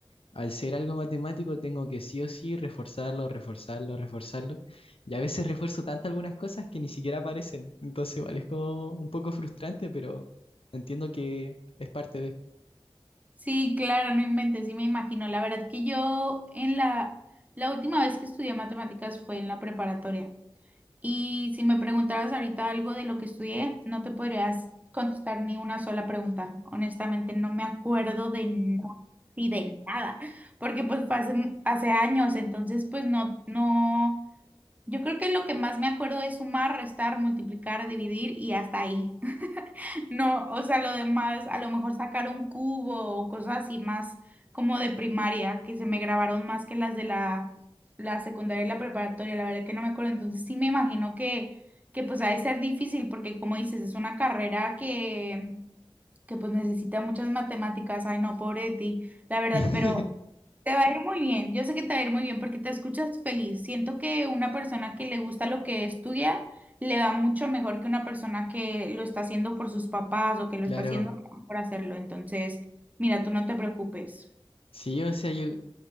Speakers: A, on the left; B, on the right.
A: al ser algo matemático tengo que sí o sí reforzarlo, reforzarlo, reforzarlo, y a veces refuerzo tanto algunas cosas que ni siquiera aparecen, entonces igual es como un poco frustrante, pero entiendo que es parte de...
B: Sí, claro, no inventes, sí me imagino. La verdad que yo en la, la última vez que estudié matemáticas fue en la preparatoria. Y si me preguntaras ahorita algo de lo que estudié, no te podrías contestar ni una sola pregunta. Honestamente, no me acuerdo de nada y de nada, porque pues fue hace, hace años, entonces pues no, no. Yo creo que lo que más me acuerdo es sumar, restar, multiplicar, dividir y hasta ahí. <laughs> No, o sea, lo demás, a lo mejor sacar un cubo o cosas así más como de primaria, que se me grabaron más que las de la, la secundaria y la preparatoria, la verdad que no me acuerdo. Entonces sí me imagino que, que pues ha de ser difícil porque como dices, es una carrera que, que pues necesita muchas matemáticas. Ay, no, pobre de ti, la verdad,
A: <laughs>
B: pero... Te va a ir muy bien, yo sé que te va a ir muy bien porque te escuchas feliz. Siento que una persona que le gusta lo que estudia le va mucho mejor que una persona que lo está haciendo por sus papás o que lo
A: Claro,
B: está haciendo por hacerlo. Entonces, mira, tú no te preocupes.
A: sí, o sea, yo